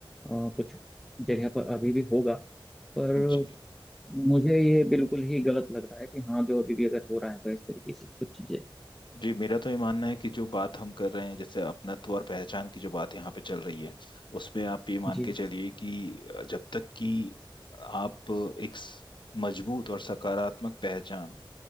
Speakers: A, in the centre; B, on the left.
A: कुछ जगह पर अभी भी होगा पर
B: जी
A: मुझे ये बिल्कुल ही गलत लग रहा है कि हाँ जो अभी भी अगर हो रहा है तो इस तरीके से कुछ चीजें
B: जी मेरा तो ये मानना है कि जो बात हम कर रहे हैं जैसे अपनत्व और पहचान की जो बात यहाँ पे चल रही है उसमें आप ये मान
A: जी
B: के चलिए कि जब तक कि आप एक स- मजबूत और सकारात्मक पहचान